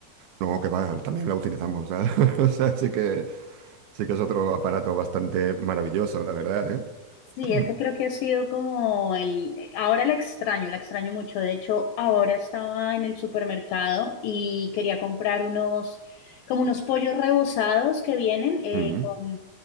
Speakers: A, on the right; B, on the left.
A: No, que va, también la utilizamos, ¿eh? <laughs> O sea, sí que, sí que es otro aparato bastante maravilloso, la verdad, ¿eh?
B: Sí,
A: <clears throat>
B: ese creo que ha sido como el... Ahora la extraño, la extraño mucho. De hecho, ahora estaba en el supermercado y quería comprar unos, como unos pollos rebozados que vienen eh,
A: Mm,
B: con...